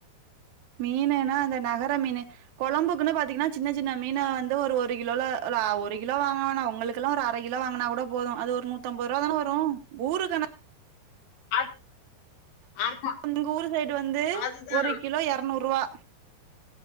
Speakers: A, on the right; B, on the left.
A: மீனுன்னா இந்தந்த நகர மீனு குழம்புக்குன்னு பாத்தீங்கன்னா சின்ன சின்ன மீன வந்து ஒரு ஒரு கிலோல ல ஒரு கிலோ வாங்க வேணா உங்களுக்கெல்லா ஒரு அரை கிலோ வாங்குனா கூட போது அது ஒரு நூத்து ஐம்பது ரூவா தான வரு ஊருக்குன
B: அது ஆமா
A: உங்க ஊரு சைடு வந்து
B: அதுதா
A: ஒரு கிலோ இரநூறு ரூவா